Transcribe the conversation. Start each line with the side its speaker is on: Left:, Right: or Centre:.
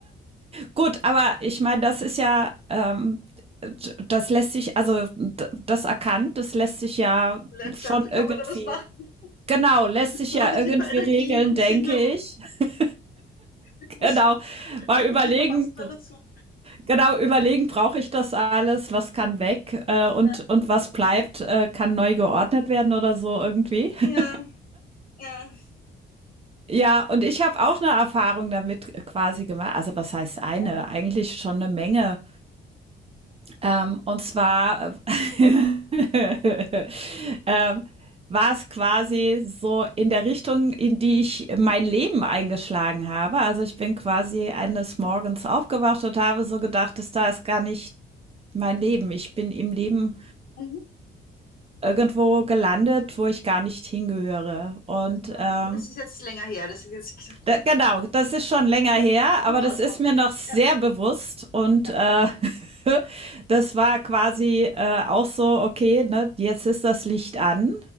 Right: Gut, aber ich meine, das ist ja, ähm, d- das lässt sich, also d- das erkannt, das lässt sich ja
Left: Vielleicht,
Right: schon
Left: kann
Right: irgendwie,
Left: man da was machen?
Right: genau, lässt sich
Left: Positive
Right: ja irgendwie
Left: Energie
Right: regeln,
Left: und
Right: denke
Left: singen
Right: ich.
Left: und
Right: <laughs>
Left: mit Musik.
Right: Genau, mal
Left: Welche
Right: überlegen,
Left: Lieder passen da dazu?
Right: genau, überlegen, brauche ich das alles, was kann weg äh, und,
Left: Ja.
Right: und was bleibt, äh, kann neu geordnet werden oder so irgendwie.
Left: Ja,
Right: <laughs>
Left: ja.
Right: Ja, und ich habe auch eine Erfahrung damit quasi gemacht. Also was heißt eine?
Left: Ja.
Right: Eigentlich schon eine Menge. Ähm, und zwar äh, <laughs> ähm, war es quasi so in der Richtung, in die ich mein Leben eingeschlagen habe. Also ich bin quasi eines Morgens aufgewacht und habe so gedacht, das da ist gar nicht mein Leben. Ich bin im Leben
Left: Mhm.
Right: irgendwo gelandet, wo ich gar nicht hingehöre. Und
Left: Ach so.
Right: ähm,
Left: Aber das ist jetzt länger her, das ist jetzt, ich sag,
Right: Da, genau, das ist schon länger her,
Left: <laughs>
Right: aber
Left: so war
Right: das
Left: es
Right: ist
Left: mal.
Right: mir noch sehr
Left: Ja,
Right: bewusst und
Left: ja,
Right: äh, <laughs> das war quasi äh, auch so, okay, ne, jetzt ist das Licht an,